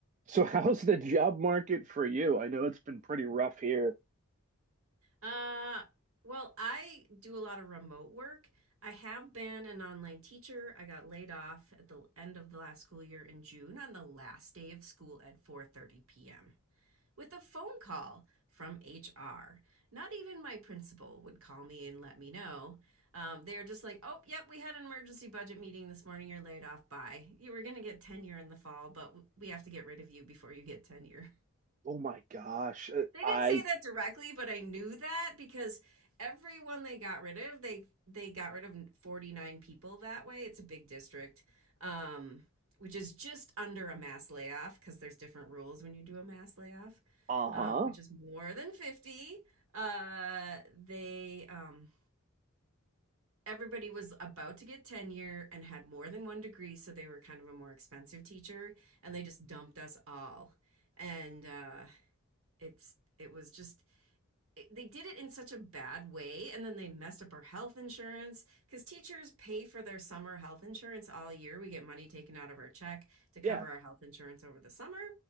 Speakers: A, on the right (about 35°); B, on the right (about 70°).
A: So <laughs> how's the job market for you? I know it's been pretty rough here.
B: Uh, well, I do a lot of remote work. I have been an online teacher. I got laid off at the end of the last school year in June on the last day of school at 4:30 p.m. with a phone call from HR. Not even my principal would call me and let me know. Um, they are just like, "Oh, yep, we had an emergency budget meeting this morning. You're laid off. Bye. You were going to get tenure in the fall, but we have to get rid of you before you get tenure."
A: Oh my gosh. Uh,
B: They
A: I
B: didn't say that directly, but I knew that because everyone they got rid of, they they got rid of 49 people that way. It's a big district. Um, which is just under a mass layoff because there's different rules when you do a mass layoff,
A: uh-huh.
B: um, which is more than 50. Uh, they um, everybody was about to get tenure and had more than one degree, so they were kind of a more expensive teacher, and they just dumped us all. And uh, it's it was just they did it in such a bad way and then they messed up our health insurance because teachers pay for their summer health insurance all year we get money taken out of our check to cover
A: Yeah.
B: our health insurance over the summer